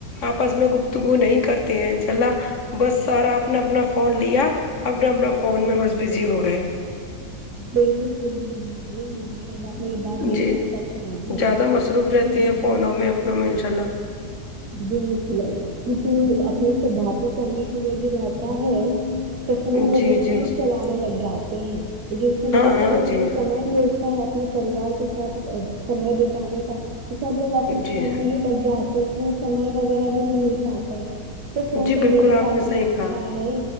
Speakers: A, on the left (about 55°); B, on the right (about 75°).
A: آپس میں گفتگو نہیں کرتے ہیں انشاء اللہ بس سارا آپ نے اپنا فون لیا اپنا اپنا فون میں بس بزی ہو گئے
B: بالکل صحیح فرما رہے ہے ماش آپ نے یے بات بالکل
A: جی
B: سچ بولی
A: زیادہ
B: ہے
A: مصروف رہتے
B: کی
A: ہیں
B: دیکھا
A: فونوں
B: جائے
A: میں اپنوں
B: تو
A: میں انشاء اللہ
B: بالکل اپنے سے بات کرنے کے لیے بھی رہتا ہے تو فون وغیرہ
A: جی جی
B: میں
A: جی
B: چلانے لگ جاتے ہیں جس کی وجہ
A: ہاں ہاں
B: سے جو ہم
A: جی
B: نہ ملتا ہے اپنے پریوار کے ساتھ سمے بتانے کا تو سب لوگ اپنے
A: جی
B: فون میں ہی لگ جاتے تو اس میں سمئے وغیرہ بھی نہیں مل پاتا ہے تو فون
A: جی
B: تو
A: بالکل
B: یے بھی
A: آپ
B: کافی
A: نے صحیح
B: اچھا
A: کہا
B: ہے